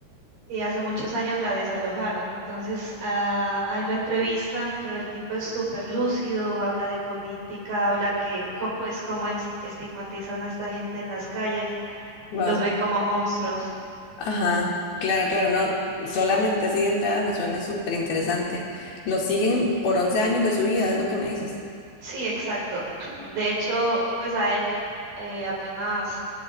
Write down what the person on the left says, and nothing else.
wow.
Ajá, claro, claro, no, solamente así de entrada me suena súper interesante. Lo siguen por 11 años de su vida, es lo que me dices.